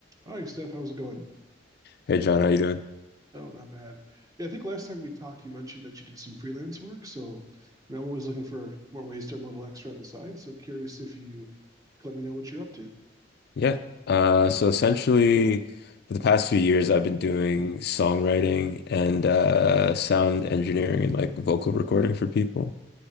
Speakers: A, on the right (about 20°); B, on the left (about 55°).
A: Hi, Steph. How's it going?
B: Hey John, how you doing?
A: Oh, not bad. Yeah, I think last time we talked, you mentioned that you did some freelance work. So, you know, I'm always looking for more ways to earn a little extra on the side. So curious if you could let me know what you're up to.
B: Yeah. Uh, so essentially, for the past few years, I've been doing songwriting and uh, sound engineering and like vocal recording for people.